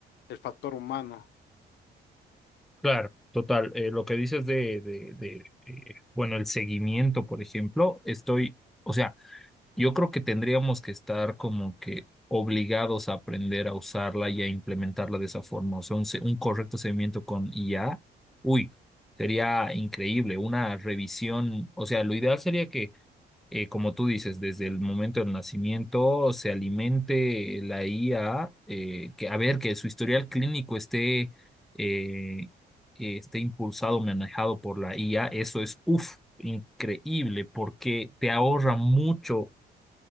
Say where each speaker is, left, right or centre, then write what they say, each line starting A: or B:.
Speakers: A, on the left (about 70°); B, in the centre.
A: el factor humano.
B: Claro, total. Eh, lo que dices de, de, de, eh, bueno, el seguimiento, por ejemplo, estoy, o sea, Yo creo que tendríamos que estar como que obligados a aprender a usarla y a implementarla de esa forma. O sea, un, se- un correcto seguimiento con IA, uy, sería increíble. Una revisión, o sea, lo ideal sería que, eh, como tú dices, desde el momento del nacimiento se alimente la IA, eh, que a ver, que su historial clínico esté, eh, eh, esté impulsado, manejado por la IA, eso es, uff, increíble porque te ahorra mucho